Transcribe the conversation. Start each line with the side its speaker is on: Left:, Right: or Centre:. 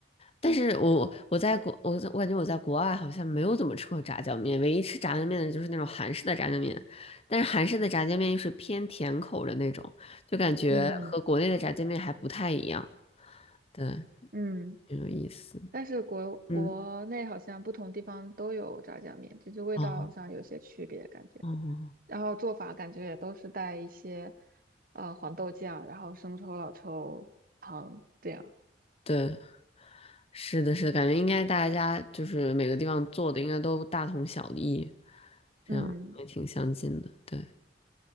Left: 但是我我在国我在我感觉我在国外好像没有怎么吃过炸酱面，唯一吃炸酱面的就是那种韩式的炸酱面，但是韩式的炸酱面又是偏甜口的那种，就感觉和国内的炸酱面还不太一样，
Right: 嗯
Left: 对，
Right: 嗯，
Left: 很有意思。
Right: 但是国国内好像不同地方都有炸酱面，
Left: 嗯，
Right: 只是味道上有些区别感觉，
Left: 哦，哦，
Right: 然后做法感觉也都是带一些呃黄豆酱，然后生抽、老抽、糖这样。
Left: 对，是的，是的，感觉应该大家就是每个地方做的应该都大同小异，这样也挺相近的，
Right: 嗯，
Left: 对。